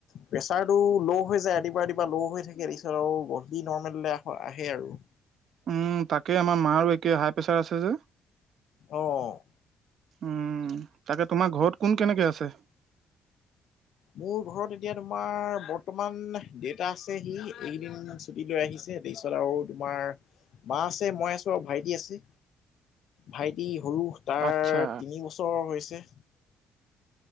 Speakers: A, on the left; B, on the right.
A: প্ৰচাৰটো ল' হৈ যায় ৰাতিপুৱা, ৰাতিপুৱা ল' হৈ থাকে। <unintelligible> তাৰপিছত আৰু গধুলি নৰ্মেললৈ আহে আৰু।
B: উম, তাকে আমাৰ মাৰো একে হাই প্ৰেছাৰ আছে যে।
A: অ'।
B: উম, তাকে তোমাৰ ঘৰত কোন কেনেকে আছে?
A: মোৰ ঘৰত এতিয়া তোমাৰ বৰ্তমান দেটা আছে হি <unintelligible> ছুটি লৈ আহিছে তাৰপিছত আৰু তোমাৰ মা আছে, মই আছো আৰু ভাইটি আছে। ভাইটি সৰু তাৰ
B: আচ্ছা
A: তিনি বছৰ হৈছে।